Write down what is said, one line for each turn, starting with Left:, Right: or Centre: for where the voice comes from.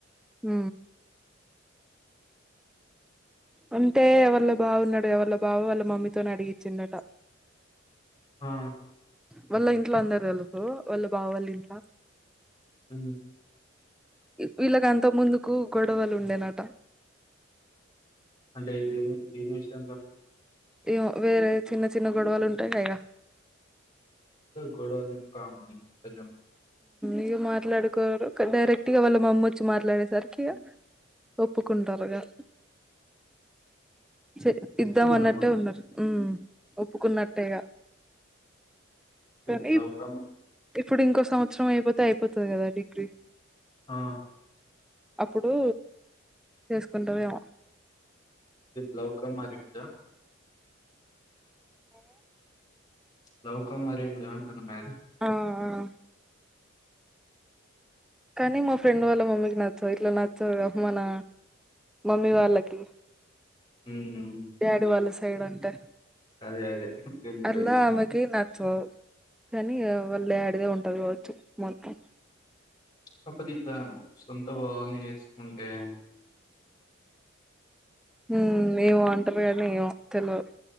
Centre: ఉ అంటే వాళ్ళ బావున్నాడుగా వాళ్ళ బావ వాళ్ళ మమ్మీతోని అడిగిచ్చిడట
Left: ఆ
Centre: వాళ్ళ ఇంట్లో అందరు తెలుహు వాళ్ళ బావొళ్ళింట్ల
Left: అ
Centre: వీళ్ళక అంత ముందుకు గొడవలు ఉండేనట
Left: అంటే దేనిమీ దేని విష్యామ్లా
Centre: ఏవొ వేరే చిన్న చిన్న గొడవలు ఉంటాయిగా ఇగ
Left: గోడలు కామనే <unintelligible>
Centre: ఇగ మాట్లాడుకోరు డైరెక్ట్గా వాళ్ళ మమ్మచ్చి మాట్లాడేసరికిగ ఒప్పుకుంటారుగా చే
Left: ఒప్పుకున్నారా
Centre: ఇద్దాం అన్నట్టే
Left: మరి
Centre: ఉన్నారు ఉమ్ ఒప్పుకున్నట్టేగా కానీ
Left: ఇది లవ్ కమ్
Centre: ఇప్పుడు ఇంకో సంవత్సరం అయిపోతే అయిపోతది కదా డిగ్రీ
Left: ఆ
Centre: అప్పుడు చేసుకుంటరెమో
Left: లవ్ కం అరెంజ్ ఆ
Centre: ఉ
Left: లవ్ కం అరెంజ్ ఆ అంటున్న మ్యారే
Centre: ఆ ఆ కానీ మా ఫ్రెండ్ వాళ్ళ మమ్మీకి నచ్చవ్ ఇట్లా నచ్చవు మన మమ్మీ వాళ్ళకి
Left: హ్మ్
Centre: డాడీ వాళ్ళ సైడ్ అంటే
Left: అదే అదే తెలుసు
Centre: అల్ల
Left: తెలుసు
Centre: అమెకి నచ్చదు కానీ ఇగ వాళ్ళ డాడిదే ఉంటది కావచ్చు మొత్తం
Left: కాపోతే ఇట్లా సొంత భావాలని చేసుకుంటే
Centre: ఉమ్ ఏమో అంటారు గనీ ఏమో తెల్వద్